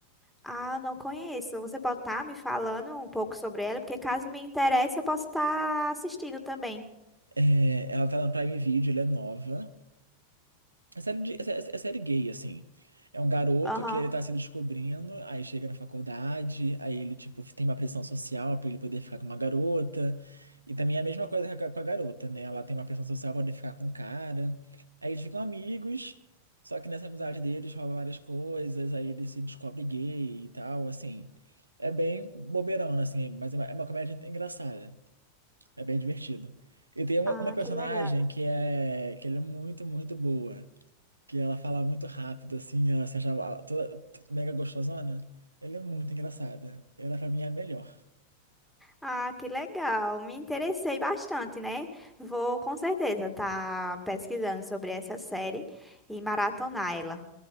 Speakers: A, in the centre; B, on the right (about 80°).
A: Ah, não conheço. Você pode estar me falando um pouco sobre ela, porque caso me interesse, eu posso estar assistindo também.
B: É, ela tá na Prime Video, ela é nova. É série, de- é sé- é série gay, assim. É um garoto
A: Aham.
B: que ele tá se descobrindo, aí chega na faculdade, aí ele, tipo, tem uma pressão social pra ele poder ficar com uma garota. E também é a mesma coisa com a com a garota, né? Ela tem uma pressão social pra poder ficar com um cara. Aí eles ficam amigos, só que nessa amizade deles rola várias coisas, aí ele se descobre gay e tal, assim. É bem bobeirona, assim, mas é uma, é uma comédia engraçada. É bem divertida. E tem uma,
A: Ah,
B: uma personagem
A: que legal.
B: que é, que ela é muito, muito boa que ela fala muito rápido, assim, ela se achava toda t- mega gostosona. Ela é muito engraçada. Ela, pra mim, é a melhor.
A: Ah, que legal. Me interessei bastante, né? Vou com certeza estar pesquisando sobre essa série e maratonar ela.